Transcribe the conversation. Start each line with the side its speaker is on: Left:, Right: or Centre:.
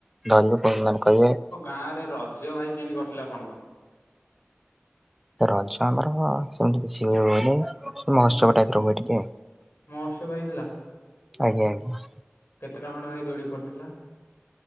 Centre: ଧରିବେ ମାନେ କହିବେ।
Left: ଗାଁ ରେ ରଜ ଭାଇ କେମିତି ଘଟିଲା ଆପଣଙ୍କର?
Centre: ରଜ ଆମର ସେମତି କିଛି ହୁଏନି ମହୋତ୍ସବ ଟାଇପ ର ହୁଏ ଟିକେ।
Left: ମୋସବ ହେଇଥିଲା।
Centre: ଆଜ୍ଞା ଆଜ୍ଞା।
Left: ଖଣ୍ଡ ଭାଇ ଦୋଳି ପଡିଥିଲା।